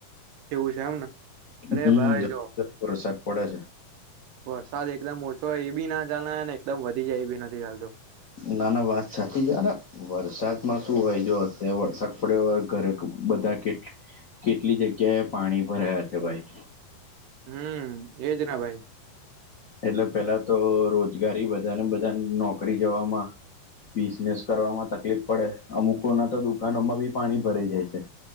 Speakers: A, on the right; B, on the left.
A: એવું છે એમને અરે
B: હમ્મ
A: ભાઈ જો
B: <inaudible> વરસાદ પડે છે.
A: વરસાદ એકદમ ઓછો એ બી ના ચાલે ને એકદમ વધી જાય એ બી નથી ચાલતું.
B: ના ના વાત સાચી છે અને વરસાદમાં શું હોય જોઓ અત્યારે વરસાદ પડ્યો ઘરે બધા કેટ- કેટલી જગ્યાએ પાણી ભરાયા છે ભાઈ.
A: હમ્મ એજ ને ભાઈ.
B: એટલે પેહલા તો રોજગારી બધાને બધાન નોકરી જવામાં બિઝનેસ કરવામાં તકલીફ પડે અમુકોના તો દુકાનોમાં બી પાણી ભરાઈ જાય છે.